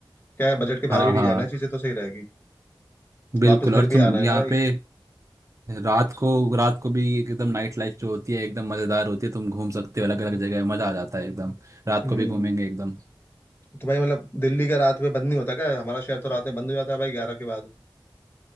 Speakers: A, on the left (about 30°); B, on the right (about 40°).
A: क्या है बजट के
B: हाँ
A: बाहर भी नहीं
B: हाँ
A: जाना चीजें तो सही रहेगी
B: बिल्कुल
A: वापस घर
B: और
A: भी
B: तुम
A: आना है
B: यहाँ
A: ना भाई
B: पे रात को रात को भी एकदम नाइट लाइफ जो होती है एकदम मज़ेदार होती है तुम घूम सकते हो अलग अलग जगह मज़ा आ जाता है एकदम रात
A: हम्म
B: को भी घूमेंगे एकदम
A: तो भाई मतलब दिल्ली का रात में बंद नहीं होता क्या हमारा शहर तो रात में बंद हो जाता है भाई ग्यारह के बाद